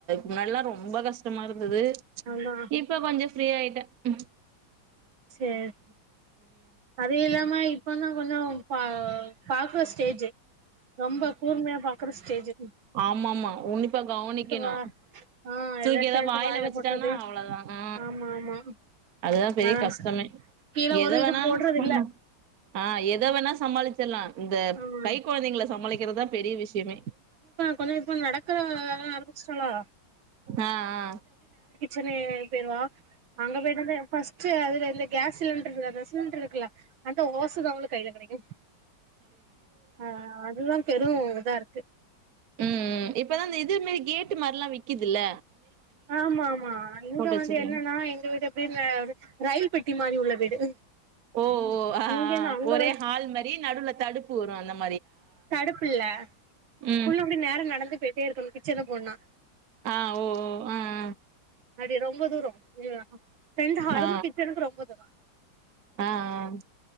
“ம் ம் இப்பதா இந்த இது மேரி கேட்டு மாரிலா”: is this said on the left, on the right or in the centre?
Right